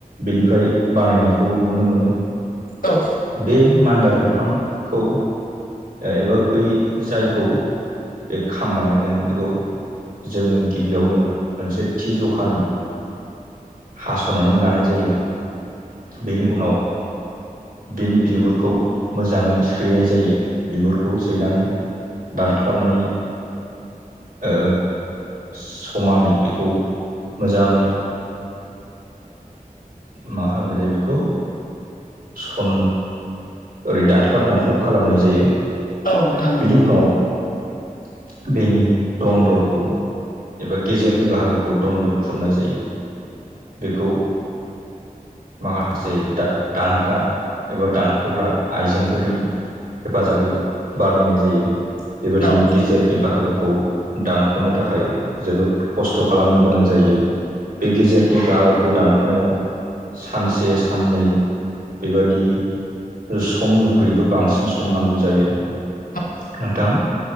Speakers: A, on the right (about 75°); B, on the left (about 75°).
A: बेनिफ्राय बानायनायखौ नुनो मोनो।
B: औ।
A: बे मान्दार बिफांखौ एबा बै जायखौ बे खाम बानायगोन बेखौ जोङो गिबियावनो मोनसे थि जखानि हास'नानै लानाय जायो बेनि उनाव बेनि बिगुरखौ मोजाङै सैनाय जायो। बिगुरखौ सैनानै दानख्लाबनानै ओ समानै बेखौ मोजाङै मा खालामनाय जायो बेखौ सन ओरै दानख्लाब दानख्लाब खालामनाय जायो।
B: नोंथां
A: बेनि उनाव बेनि दनन्दरखौ एबा गेजेरनि बाहागोखौ दनन्दर खुरनाय जायो बेखौ माखासे द दानग्रा एबा दानख'ग्रा आइजेंफोरनि हेफाजाबै बानायनाय जायो बेबायदिनो
B: औ
A: गेजेर बेनि बाहागोखौ दानख'नो थाखाय जोबोद खस्थ' खालामनो गोनां जायो बे गेजेरनि बाहागोखौ दानख'नायाव सानसे साननै बेबादि समनिख्रुइबो बांसिन सम नांगौ जायो
B: औ
A: नोंथां